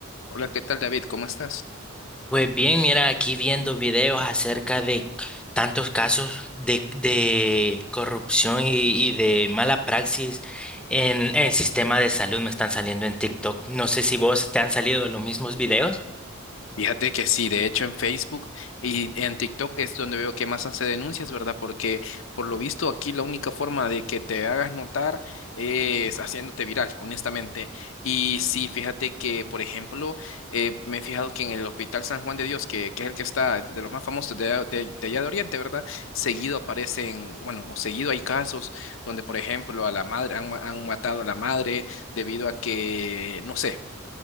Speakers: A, on the left (about 70°); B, in the centre.
A: Hola, ¿qué tal David? ¿Cómo estás?
B: Pues bien, mira, aquí viendo videos acerca de tantos casos de, de corrupción y, y de mala praxis en, el sistema de salud me están saliendo en TikTok. No sé si vos te han salido los mismos videos.
A: Fíjate que sí, de hecho en Facebook y en TikTok es donde veo que más hace denuncias, ¿verdad? Porque por lo visto aquí la única forma de que te hagas notar es haciéndote viral, honestamente. Y sí, fíjate que, por ejemplo, eh, me he fijado que en el Hospital San Juan de Dios, que, que es el que está de los más famosos de, de, de allá de Oriente, ¿verdad? Seguido aparecen, bueno, o seguido hay casos donde, por ejemplo, a la madre, han, ma- han matado a la madre debido a que, no sé.